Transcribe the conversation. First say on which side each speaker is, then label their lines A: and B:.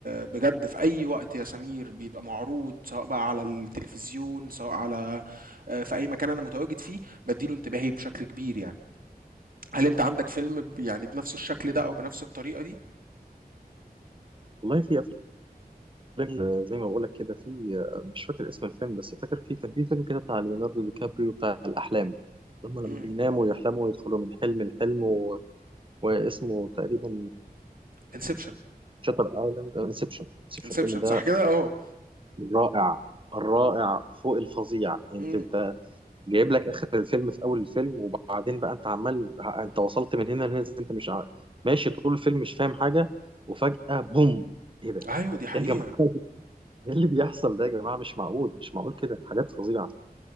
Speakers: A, on the right; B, on the right.
A: بجد في اي وقت يا سمير بيبقى معروض سواء بقى على التلفزيون سواء على آه، في اي مكان انا متواجد فيه بديله انتباهي بشكل كبير يعني هل انت عندك فيلم ب- يعني بنفس الشكل ده او بنفس الطريقة دي
B: والله في افلام آه، زي ما بقول لك كده في آه، مش فاكر اسم الفيلم بس فاكر في كان في فيلم كده بتاع ليوناردو دي كابريو بتاع الاحلام لما لما
A: امم
B: بيناموا ويحلموا ويدخلوا من حلم لحلم و... واسمه تقريبا
A: انسبشن
B: شاتر ايلاند انسبشن انسبشن
A: انسبشن
B: الفيلم
A: صح
B: ده
A: كده اهو
B: رائع الرائع فوق الفظيع يعني
A: امم
B: انت جايب لك اخر الفيلم في اول الفيلم وبعدين بقى انت عمال انت وصلت من هنا لهنا إزاي انت مش ع- ماشي طول الفيلم مش فاهم حاجه وفجاه بوم ايه ده
A: ايوه دي حقيقة
B: ايه يا جماعه <laughs> ايه اللي بيحصل ده يا جماعه مش معقول مش معقول كده حاجات فظيعه